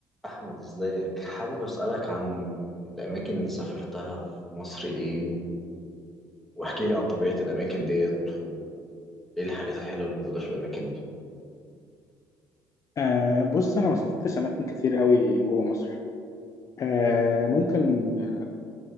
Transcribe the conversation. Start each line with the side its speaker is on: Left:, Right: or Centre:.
Centre: أحمد إزيك حابب أسألك عن الأماكن اللي سافرتها في مصر إيه و- واحكي لي عن طبيعة الأماكن ديت وإيه الحاجات الحلوة اللي موجودة في الأماكن دي
Left: آه بص انا ما سافرتش اماكن كتير قوي جوه مصر آه ممكن آه،